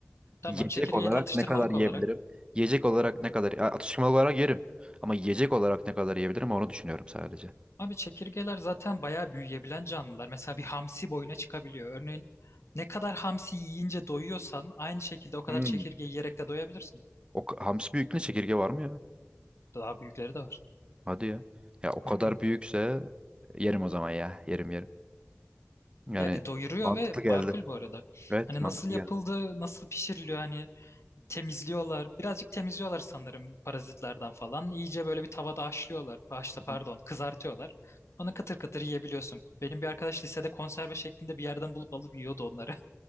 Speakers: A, on the left; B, on the right.
A: Tamam
B: Yiyecek
A: çekirgeyi
B: olarak
A: de atıştırmalık
B: ne kadar yiyebilirim?
A: olarak.
B: Yiyecek olarak ne kadar ya atıştırmalık olarak yerim. Ama yiyecek olarak ne kadar yiyebilirim onu düşünüyorum sadece.
A: Abi çekirgeler zaten bayağı büyüyebilen canlılar. Mesela bir hamsi boyuna çıkabiliyor. Örneğin ne kadar hamsi yiyince doyuyorsan aynı şekilde o kadar
B: Hmm.
A: çekirge yiyerek de doyabilirsin.
B: O ka- hamsi büyüklüğünde çekirge var mı ya?
A: Daha büyükleri de var.
B: Hadi ya. Ya o kadar
A: Hı hı.
B: büyükse yerim o zaman ya. Yerim yerim. Yani
A: Yani doyuruyor
B: mantıklı
A: ve
B: geldi.
A: makul bu arada.
B: Evet
A: Hani
B: mantıklı
A: nasıl yapıldığı,
B: geldi.
A: nasıl pişiriliyor hani temizliyorlar. Birazcık temizliyorlar sanırım parazitlerden falan. İyice böyle bir tavada haşlıyorlar. Haşla
B: Hı
A: pardon,
B: hı.
A: kızartıyorlar. Onu kıtır kıtır yiyebiliyorsun. Benim bir arkadaş lisede konserve şeklinde bir yerden bulup alıp yiyordu onları. <laughs>